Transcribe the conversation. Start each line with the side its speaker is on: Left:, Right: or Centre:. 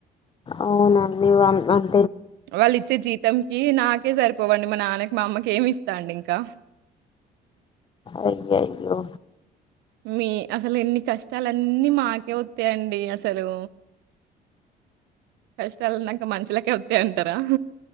Left: అవునాండి ఇవ్వన్ అన్
Right: వాళ్ళు ఇచ్చే జీతం కి నాకే సరి పోవండి మా నాన్నకి మా అమ్మకి ఏమి ఇస్తాడు ఇంకా
Left: అయ్య అయ్యో
Right: మీ అసలు ఎన్ని కష్టాలున్నీ మాకే వత్తాయి అండి అసలు కష్టాలన్నాక మనుషులకే వత్తాయి అంటారా